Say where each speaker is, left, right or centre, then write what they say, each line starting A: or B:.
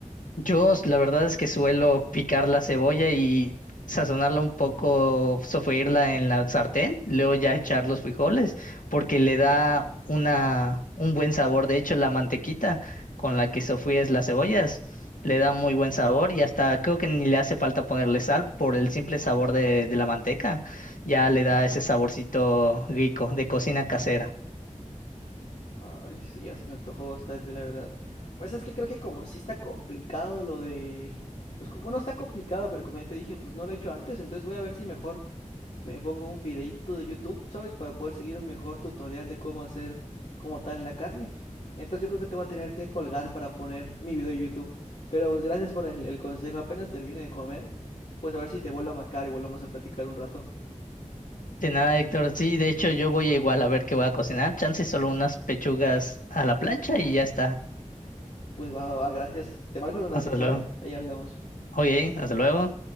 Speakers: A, on the left (about 90°); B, on the left (about 65°).
A: Yo la verdad es que suelo picar la cebolla y sazonarla un poco, sofreírla en la sartén, luego ya echar los frijoles, porque le da una, un buen sabor. De hecho, la mantequita con la que sofríes las cebollas le da muy buen sabor y hasta creo que ni le hace falta ponerle sal por el simple sabor de, de la manteca. Ya le da ese saborcito rico de cocina casera.
B: Ay, sí, ya se me antojó bastante, la verdad. Pues es que creo que como sí está complicado lo de... Pues co- bueno, está complicado, pero como ya te dije, pues no lo he hecho antes, entonces voy a ver si mejor me pongo un videíto de YouTube, ¿sabes? Para poder seguir un mejor tutorial de cómo hacer como tal la carne. Entonces yo creo que te voy a tener que colgar para poner mi video de YouTube. Pero pues gracias por el, el consejo. Apenas termine de comer, pues a ver si te vuelvo a marcar y volvemos a platicar un rato.
A: De nada, Héctor. Sí, de hecho yo voy igual a ver qué voy a cocinar. Chance solo unas pechugas a la plancha y ya está.
B: Pues va, va, va, gracias. Te marco en un ratito,
A: Hasta luego.
B: ¿eh? Ahí hablamos.
A: Oye, hasta luego.